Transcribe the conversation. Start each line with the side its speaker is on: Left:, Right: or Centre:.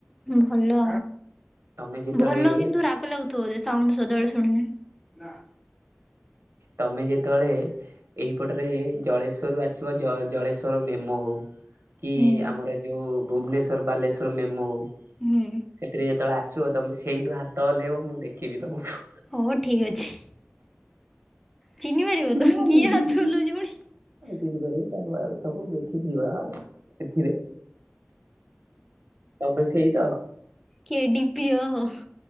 Centre: ଭଲ ଆ
Right: ତମେ ଯେତେବେଳେ
Centre: ଭଲ କିନ୍ତୁ ରାଗ ଲାଗୁଥିବ ଯେ ସାଉଣ୍ଡ ସଦାବେଳେ ଶୁଣିଲେ।
Right: ତମେ ଯେତେବେଳେ ଏହି ପଟରେ ଜଳେଶ୍ଵରରୁ ଆସିବ ଜ ଜଳେଶ୍ଵର ମେମୋ ହେଉ କି
Centre: ହୁଁ
Right: ଆମର ଯୋଉ ଭୁବନେଶ୍ୱର ବାଲେଶ୍ଵର ମେମୋ ହଉ
Centre: ହୁଁ।
Right: ସେଥିରେ ଯେତେବେଳେ ଆସ ଥିବ ତମେ ସେଇଠୁ ହାତ ହଲେଇବ ମୁଁ ଦେଖିବି ତୁମକୁ।
Centre: ହଉ ଠିକ ଅଛି। ଚିହ୍ନି ପାରିବ
Right: ମୁଁ
Centre: ତ
Right: ପା
Centre: କିଏ
Right: ଘରେ
Centre: ହାତ
Right: ଥିବି।
Centre: ହଲଉଛି ପୁଣି।
Right: ଚିହ୍ନିପାରିବୁ ତ <unintelligible> ତମକୁ ଦେଖି ଯିବା ଏଥିରେ ତମେ ସେଇ ତ
Centre: କେ ଡି ପି ଓହୋ